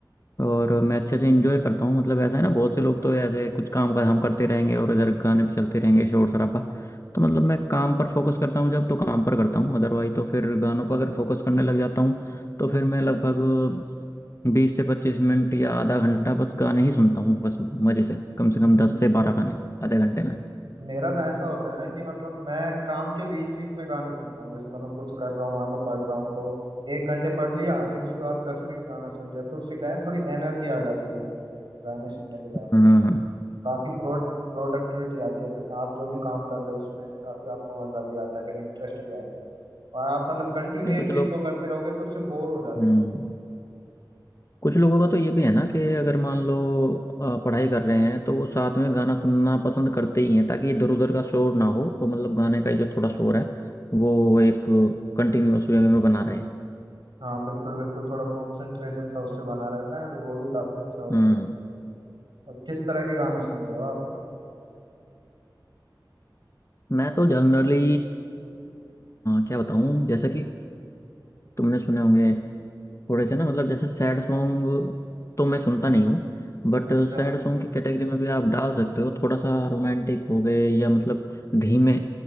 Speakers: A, on the left; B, on the right.
A: और मैं अच्छे से इंजॉय करता हूँ मतलब ऐसा है ना बहुत से लोग तो ऐसे कुछ काम का हम करते रहेंगे और इधर गाने पे चलते रहेंगे शोर शराबा तो मतलब मैं काम पर फोकस करता हूँ जब तो काम पर करता हूँ अदरवाइज तो फिर गानों पर अगर फोकस करने लग जाता हूँ तो फिर मैं लगभग बीस से पच्चीस मिनट या आधा घंटा बस गाने ही सुनता हूँ बस मजे से कम से
B: हम्म
A: कम दस से बारह गाने आधे घंटे में
B: मेरा तो ऐसा होता है ना कि मतलब मैं काम के बीच बीच में गाने सुनता हूँ जैसे मतलब कुछ कर रहा हूँ मान लो पढ़ रहा हूँ तो एक घंटे पढ़ लिया फिर उसके बाद दस मिनट गाना सुन लिया तो उससे क्या है थोड़ी एनर्जी आ जाती है गाने सुनने के बाद
A: हम्म हम्म।
B: काफी प्रोड प्रोडक्टिविटी आती है फिर आप जो भी काम कर रहे हो उसमें काफी आपको मजा भी आता है फिर इंटरेस्ट भी आता है और आप मतलब कंटिन्यू
A: नहीं
B: एक
A: कुछ
B: चीज
A: लोग
B: को करते रहोगे तो उससे बोर हो जाते
A: हम्म
B: हो
A: कुछ लोगों का तो ये भी है ना कि अगर मान लो अ, पढ़ाई कर रहे हैं तो वो साथ में गाना सुनना पसंद करते ही हैं ताकि इधर उधर का शोर ना हो तो मतलब गाने का जो थोड़ा शोर है वो एक कंटिन्यूअस वे में बना रहे
B: हाँ बिल्कुल बिल्कुल थोड़ा कॉन्सेंट्रेशन सा उससे बना रहता है तो वो भी काफी अच्छा होता
A: हम्म
B: है और किस तरह के गाने सुनते हो आप
A: मैं तो जनरली क्या बताऊं जैसे कि तुमने सुने होंगे थोड़े से ना मतलब जैसे सैड सॉन्ग तो मैं सुनता नहीं हूँ बट
B: अच्छा
A: सैड सॉन्ग की कैटेगरी में भी आप डाल सकते हो थोड़ा सा रोमांटिक हो गए या मतलब धीमे